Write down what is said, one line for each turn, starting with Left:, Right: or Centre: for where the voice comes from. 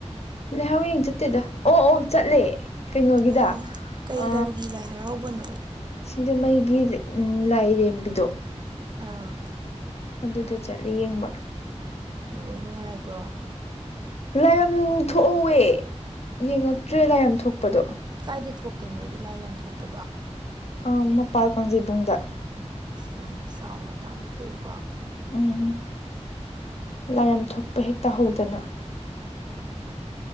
Left: ꯂꯩꯍꯥꯎ ꯌꯦꯡ ꯆꯠꯇꯦꯗ ꯑꯣ ꯑꯣ ꯆꯠꯂꯦ ꯀꯩꯅꯣꯒꯤꯗ
Right: ꯑꯣ ꯀꯩ
Left: ꯑ
Right: ꯂꯝꯒꯤ ꯂꯥꯏ ꯍꯔꯥꯎꯕꯅꯣ
Left: ꯁꯤꯡꯖꯃꯩꯒꯤ ꯎꯝ ꯂꯥꯏꯔꯦꯝꯕꯤꯗꯣ
Right: ꯑꯥ
Left: ꯑꯗꯨꯗꯣ ꯆꯠꯂꯦ ꯌꯦꯡꯕ
Right: ꯑꯣ ꯅꯨꯡꯉꯥꯏꯕ꯭ꯔꯣ
Left: ꯂꯥꯏꯔꯝ ꯊꯣꯛꯍꯧꯋꯦ ꯌꯦꯡꯉꯛꯇ꯭ꯔꯦ ꯂꯥꯏꯔꯝ ꯊꯣꯛꯄꯗꯣ
Right: ꯀꯥꯏꯏꯗ ꯊꯣꯛꯀꯦ ꯃꯣꯏꯗꯤ ꯂꯥꯏ ꯂꯝ ꯊꯣꯛꯄꯗꯣ
Left: ꯑꯥ ꯃꯄꯥꯜ ꯀꯥꯡꯖꯩꯕꯨꯡꯗ
Right: ꯑꯁ ꯌꯥꯝ ꯆꯥꯎꯅ ꯄꯥꯛꯅ ꯊꯣꯛꯑꯦꯀꯣ
Left: ꯎꯝ ꯂꯥꯏ ꯂꯝ ꯊꯣꯛꯄ ꯍꯦꯛꯇꯥꯍꯧꯗꯅ